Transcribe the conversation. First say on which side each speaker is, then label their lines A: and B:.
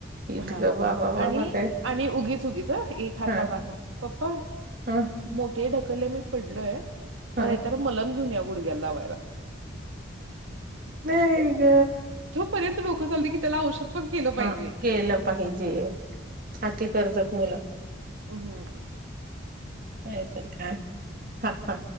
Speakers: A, on the right; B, on the right.
A: इतक
B: हा
A: बाबा बाबा
B: आणि
A: काय
B: आणि उगीच उगीच एक हात
A: हा
B: लावणार का म्हणून, पप्पा
A: ह
B: मोठी आई ढकल्लेय मी पडलोय
A: ह
B: मग येताना मलम घेऊन या गुडघ्याला लावायला.
A: नाही ग
B: पर्यंत डोकं चालतं की त्याला औषध पण केलं पाहिजे.
A: हा केलं पाहिजे, आती करतात मुलं.
B: हम
A: नाहीतर काय हा हा